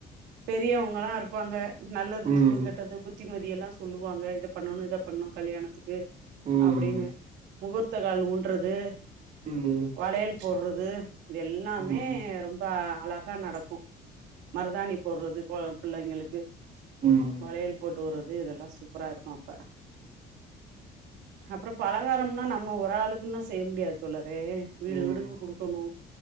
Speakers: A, on the right (about 85°); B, on the right (about 50°).
A: பெரியவங்கல்லா இருப்பாங்க நல்லதுக்கு
B: ம்
A: கெட்டது புத்திமதியல்லா சொல்லுவாங்க இத பண்ணணு இத பண்ணு கல்யாணத்துக்கு
B: ம்
A: அப்டின்னு முகூர்த்த கால் ஊன்றது
B: ம் ஒ
A: வளையல் போடுறது இது எல்லாமே
B: ம்
A: ரொம்ப அழகா நடக்கு மருதாணி போடுறது கொ பிள்ளைங்களுக்கு
B: ஆமா
A: வளையல் போட்டு உறது இதல்லா சூப்பரா இருக்கு அப்ப அப்றோ பலகாரம்னா நம்ம ஒரு ஆளுக்குன்னா செய்ய முடியாது தோழரே வீடு
B: ம்
A: வீடுக்கு குடுக்கணு